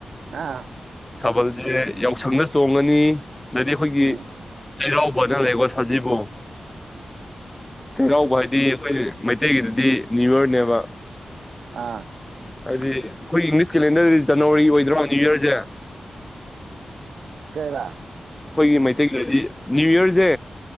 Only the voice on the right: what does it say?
ꯑꯥ
ꯎꯝ
ꯑꯥ
ꯀꯩꯔ